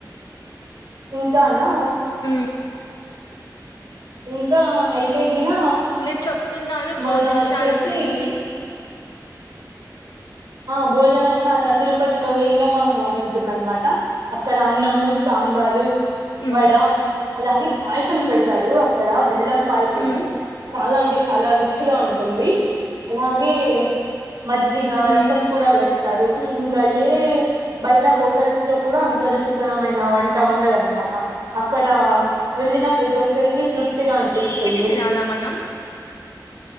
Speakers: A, on the right; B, on the left.
A: ఇంకానా
B: హ్మ్.
A: ఇంకా అయితే గిన
B: మీరు చెప్తున్నారు
A: మొన్న
B: భోజనశాల
A: వచ్చేసి
B: గురించి
A: ఆ భోజనశాల తిరుపతిలో వెంగబమ్మ బాగు ఉంటుందన్నమాట అక్కడ అన్నము సాంబారు
B: ఉమ్
A: వడ అలాగే పాయసం పెడతారు అక్కడ బెల్లం పాయసము
B: ఉమ్
A: చాలా అంటే చాలా రుచిగా ఉంటుంది అలాగే మజ్జిగ
B: ఉమ్
A: రసం కూడా వేస్తా టారు ఈ ఇంకా ఏ బయట హోటల్స్ లో కూడా అంత రుచికరమైన వంట ఉండదు అన్నమా అక్కడ వెళ్ళిన ప్రతి ఒక్కరికి తృప్ తిగా అనిపిస్తుంది
B: పెట్టి తినాలా మనం